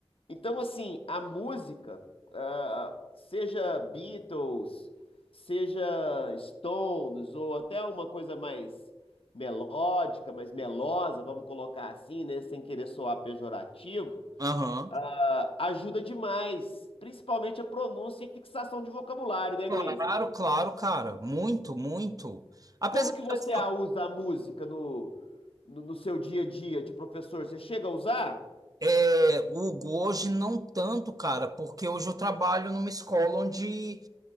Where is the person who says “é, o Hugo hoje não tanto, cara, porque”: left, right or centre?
Right